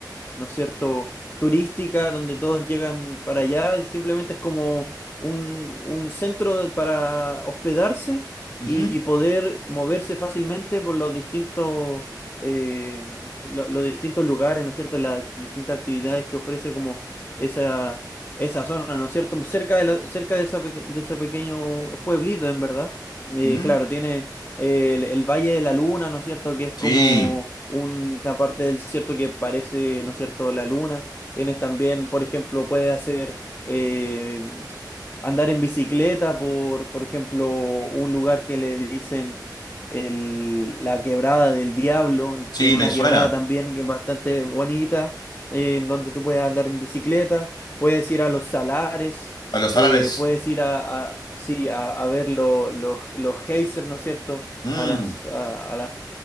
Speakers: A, on the left; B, on the left.
A: ¿no es cierto?, turística, donde todos llegan para allá, y simplemente es como un, un centro para hospedarse
B: ujú,
A: y, y poder moverse fácilmente por los distintos, eh, lo- los distintos lugares, ¿no es cierto?, las distintas actividades que ofrece como esa, esa zona, ¿no es cierto?, cerca de, la- cerca de, esa peque- de ese pequeño pueblito, en verdad. Eh,
B: ujú,
A: claro, tiene... El, el Valle de la Luna, ¿no es cierto? Que es
B: sí,
A: como una parte del desierto que parece, ¿no es cierto?, la luna. Tienes también, por ejemplo, puedes hacer eh, andar en bicicleta por, por ejemplo, un lugar que le dicen el- la Quebrada del Diablo,
B: sí,
A: que es una
B: me suena.
A: quebrada también que es bastante bonita, eh, en donde tú puedes andar en bicicleta, puedes ir a los salares
B: A los salares,
A: eh, puedes ir a, a- sí, a, a ver lo- los los geysers, ¿no es cierto?
B: mm,
A: a las, a, a las